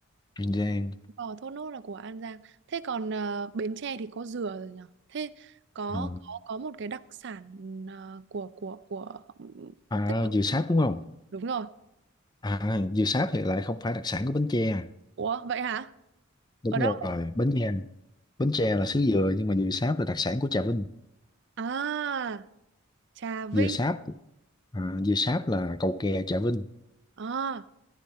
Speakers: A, on the left; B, on the right.
A: bánh rang
B: Ờ, Thốt Nốt là của An Giang. Thế còn ờ, Bến Tre thì có dừa rồi nhở? Thế có
A: ừ.
B: có có một cái đặc sản ờ, của của của
A: à,
B: tức là
A: dừa sáp đúng không
B: đúng rồi.
A: à, dừa sáp thì lại không phải đặc sản của Bến Tre à.
B: Ủa vậy hả?
A: đúng
B: Ở đâu?
A: rồi bánh Bến Tre là xứ dừa nhưng mà dừa sáp là đặc sản của Trà Vinh
B: À, Trà Vinh.
A: dừa sáp à, dừa sáp là cầu kè Trà Vinh
B: À,